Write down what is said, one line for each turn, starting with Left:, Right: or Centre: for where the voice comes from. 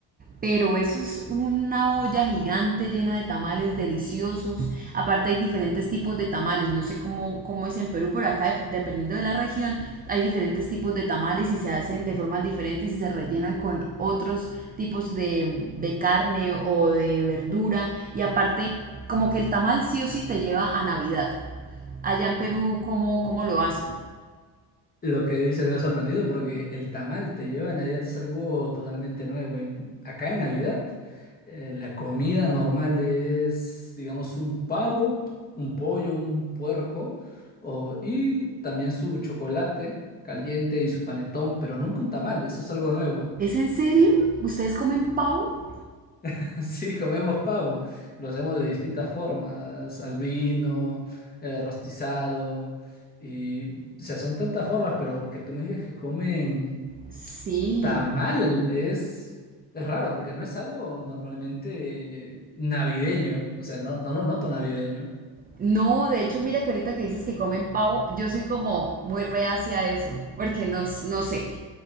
Right: pero eso es una olla gigante llena de tamales deliciosos. Aparte hay diferentes tipos de tamales, no sé cómo, cómo es en Perú, pero acá dependiendo de la región hay diferentes tipos de tamales y se hacen de formas diferentes y se rellenan con otros tipos de, de carne o de verdura. Y aparte, como que el tamal sí o sí te lleva a Navidad. Allá en Perú, ¿cómo, cómo lo hacen?
Left: Lo que dices me ha sorprendido porque el tamal te lleva a Navidad es algo totalmente nuevo. En- acá en Navidad, eh, la comida normal es, digamos, un pavo, un pollo, un puerco o- y también su chocolate caliente y su panetón, pero nunca un tamal, eso es algo nuevo.
Right: ¿Es en serio? ¿Ustedes comen pavo?
Left: <laughs> Sí, comemos pavo, lo hacemos de distintas formas, al vino, eh, rostizado y, o sea, son tantas formas, pero que tú me digas que comen...
Right: Sí.
Left: Tamal es, es raro porque no es algo normalmente navideño, o sea, no, no lo noto navideño.
Right: No, de hecho, mira que ahorita que dices que comen pavo, yo soy como muy reacia a eso, porque no, s- no sé,